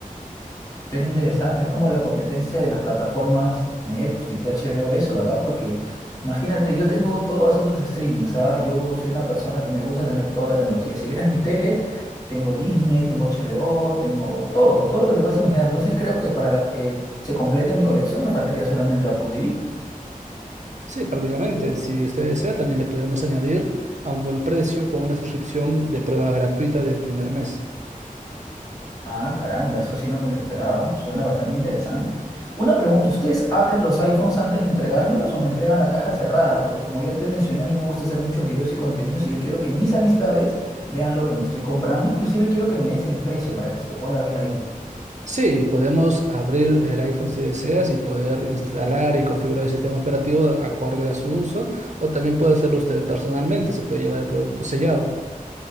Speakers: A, on the left; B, on the right.
A: Pero interesante, es como la competencia de las plataformas Netflix y HBO, eso, ¿verdad? Porque imagínate, yo tengo todos esos streamings, ¿ah? Yo soy una persona que me gusta tener toda la tecnología. Si vieras mi tele, tengo Disney, tengo HBO, tengo todo, todo lo que te puedas imaginar. Entonces creo que para la- que se complete mi colección me faltaría solamente Apple TV.
B: Sí, prácticamente. Si usted desea, también le podemos añadir a un buen precio con una suscripción de prueba gratuita del primer mes.
A: Ah, caramba, eso sí no me lo esperaba. Suena bastante interesante. Una pregunta, ¿ustedes abren los iPhones antes de entregármelos o me entregan la caja cerrada? Porque como ya te mencioné, a mí me gusta hacer muchos videos y contenidos y yo quiero que mis amistades vean lo que me estoy comprando. Inclusive quiero que me des el precio para que se pueda ver ahí.
B: Sí, podemos abrir el iPhone si deseas y poder instalar y configurar el sistema operativo acorde a su uso, o también puede hacerlo usted personalmente, se puede llevar el producto sellado.